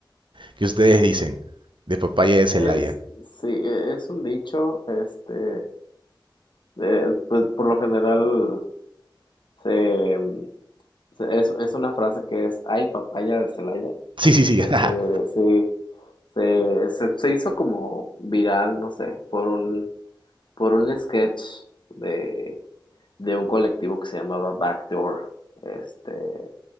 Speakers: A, on the right; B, on the left.
A: que ustedes dicen de papaya de Celaya.
B: Es, sí, e- es un dicho, este, de- pues por lo general se, se- Es, es una frase que es, ay, papaya de Celaya,
A: Sí, sí, sí.
B: que
A: <laughs>
B: se, se, se, se, se hizo como viral, no sé, por un, por un sketch de, de un colectivo que se llamaba Backdoor. Este,